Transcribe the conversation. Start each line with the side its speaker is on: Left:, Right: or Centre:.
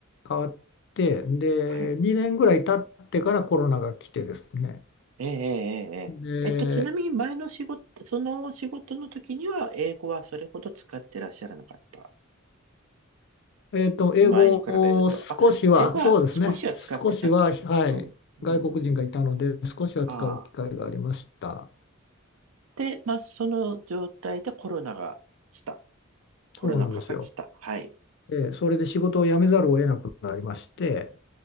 Left: 変わってで2年ぐらい経ってからコロナが来てですね
Right: はい。ええ、ええ、ええ。
Left: で、
Right: えっと、ちなみに前の仕事、その仕事の時には、英語はそれほど使ってらっしゃらなかった。
Left: えーと、英語を少しはそうですね少しは、
Right: 前に比べると。あ、英語は少しは使ってたけ。
Left: はい、
Right: うん、うん、
Left: 外国人がいたので少しは使う機会がありました
Right: うん。ああ。で、まあ、その状態でコロナが来た。コロナ禍が来た。
Left: そうなんですよ、
Right: はい。
Left: えーそれで仕事を辞めざるを得なくなりまして